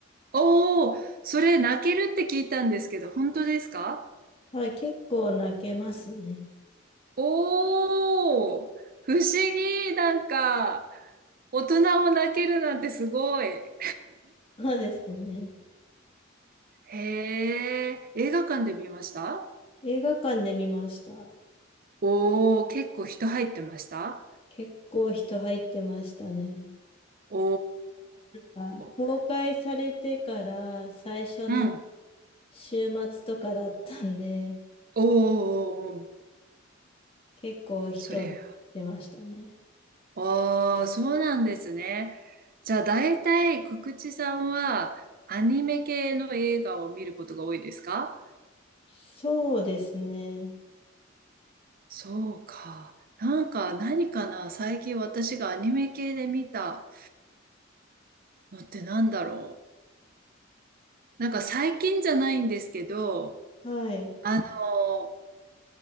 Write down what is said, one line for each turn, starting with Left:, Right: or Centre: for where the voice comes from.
Right: おおー、それ泣けるって聞いたんですけど、本当ですか
Left: はい、結構泣けますね。
Right: おおー、不思議。なんか、大人も泣けるなんてすごい。
Left: そうですね。
Right: へえ、映画館で見ました
Left: 映画館で見ました。
Right: おおー、結構人入ってました
Left: 結構人入ってましたね。
Right: お
Left: あ公開されてから最初の
Right: ー。うん。
Left: 週末とかだったんで、
Right: おーおーおー。
Left: 結構人出ましたね。
Right: そりゃああ、そうなんですね。じゃあ、大体、くくちさんは、アニメ系の映画を見ることが多いですか
Left: そうですね。
Right: そうか。なんか、何かな最近私がアニメ系で見たのってなんだろう。なんか、最近じゃないんですけど、
Left: はい。
Right: あの、